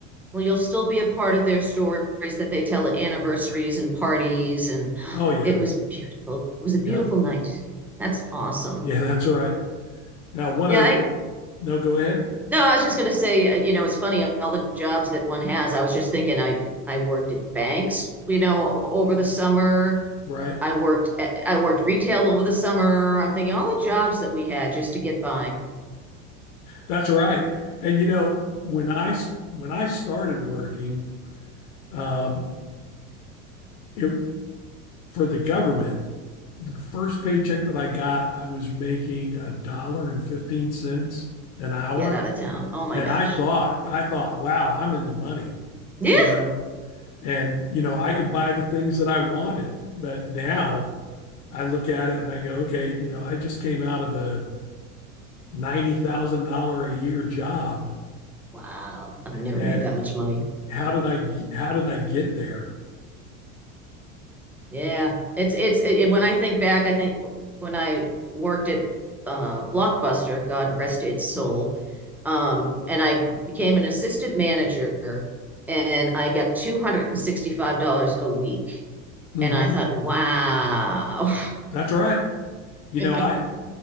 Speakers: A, in the centre; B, on the left.
A: Well, you'll still be a part of their stories that they tell at anniversaries and parties. And
B: Oh
A: <gasps>
B: yeah.
A: it was beautiful. It was a beautiful
B: Yeah.
A: night. That's awesome.
B: Yeah, <laughs> that's right. Now one
A: Yeah,
B: of the,
A: I
B: no, go ahead.
A: no, I was just gonna say, uh, you know, it's funny all the jobs that one has. I was just thinking, I I worked at banks, you know, over the summer.
B: Right.
A: I worked at- I worked retail over the summer. I'm thinking all the jobs that we had just to get by,
B: That's right. And you know, when I when I started working um it for the government the first paycheck that I got, I was making a dollar and 15 cents an hour.
A: get out of town. Oh my
B: And
A: gosh.
B: I thought, I thought, wow, I'm in the money,
A: Yeah.
B: you know, and, you know, I could buy the things that I wanted. But now I look at it and I go, okay, you know, I just came out of a $90,000 a year job.
A: Wow. I've never
B: And
A: made that much money.
B: how did I, how did I get there?
A: Yeah, it's it's it, it- when I think back, I think when I worked at uh, Blockbuster, God rest its soul, um, and I became an assistant manager, and I got $265 a week,
B: hmm
A: and I thought, wow.
B: That's right. You
A: <laughs>
B: know, I,